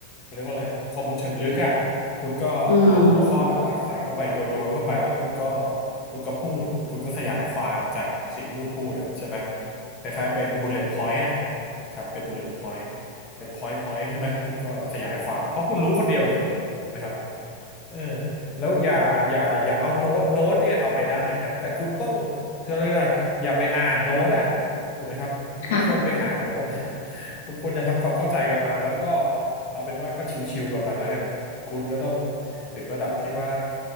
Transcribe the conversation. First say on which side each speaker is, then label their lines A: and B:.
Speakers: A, on the left; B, on the left.
A: เรียกว่าอะไรข้อมูลเชิงลึกอะคุณก็เอาหัวข้อหลักๆใส่เข้าไปโยนโยนเข้าไปแล้วคุณก็
B: อืม
A: คุณก็พูดคุณก็ขยายความจากสิ่งที่คุณพูดอะใช่ไหมคล้ายๆเป็นบุลเลต์พอยต์อะครับเป็นบุลเลต์พอยต์เป็นพอยต์พอยต์ใช่ไหมคุณก็ขยายความเพราะคุณรู้คนเดียวนี่ถูกไหมครับ เออแล้วอย่าอย่าอย่าเอาโน้ตโน้ตเนี่ยเอาไปได้นะแต่คุณต้องคืออะไรยกว่าอย่าไปอ่านโน้ตอ่ะถูกไหมครับคุณไม่ควรไปอ่านโน้ต
B: ค่ะ
A: <laughs> คุณควรจะทำความเข้าใจกับมันแล้วก็เอาเป็นว่าก็ชิวๆกับมันแล้วกันคุณก็ต้องถึงระดับที่ว่า